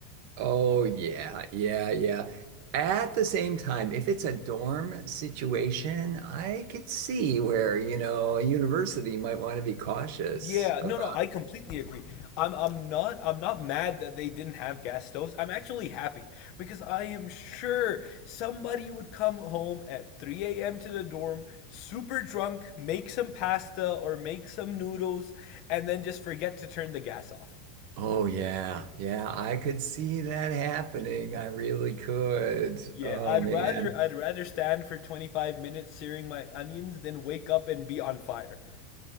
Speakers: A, on the right; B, on the left.
A: oh yeah. Yeah, yeah. At the same time, if it's a dorm situation, I could see where, you know, a university might want to be cautious
B: Yeah,
A: about.
B: no, no, I completely agree. I'm I'm not I'm not mad that they didn't have gas stoves. I'm actually happy because I am sure somebody would come home at 3 a.m. to the dorm, super drunk, make some pasta or make some noodles, and then just forget to turn the gas off.
A: Oh yeah. Yeah, I could see that happening. I really could.
B: Yeah,
A: Oh
B: I'd
A: man.
B: rather I'd rather stand for 25 minutes searing my onions than wake up and be on fire.